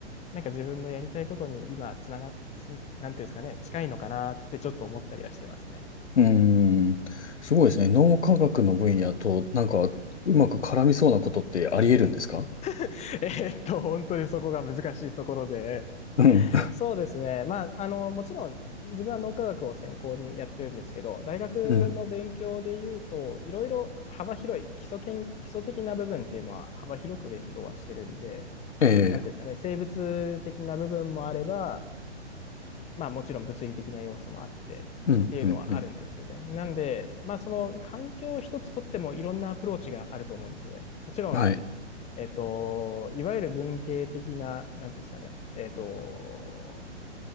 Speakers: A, on the left; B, on the left.
A: なんか自分のやりたいことに今つなが、つなんていうんですかね、近いのかなーってちょっと思ったりはしてますね。
B: うーん。すごいですね。脳科学の分野と、なんか、うまく絡みそうなことってあり得るんですか
A: <laughs> えーっと、本当にそこが難しいところで、
B: <laughs> うん。
A: そうですね。まあ、あの、もちろん自分は脳科学を専攻にやってるんですけど、大学の勉強で言うと、
B: うん。
A: いろいろ幅広い基礎研、基礎的な部分っていうのは幅広く勉強はしてるんで、
B: ええ。
A: なんていうんですかね、生物的な部分もあれば、まあもちろん物理的な要素もあってっていうのはあるんですよね。
B: うん。うん。うん。
A: なんで、まあその環境一つとってもいろんなアプローチがあると思うんですよね。もちろん、
B: はい。
A: えっと、いわゆる文系的な、なんていうんですかね、えっと、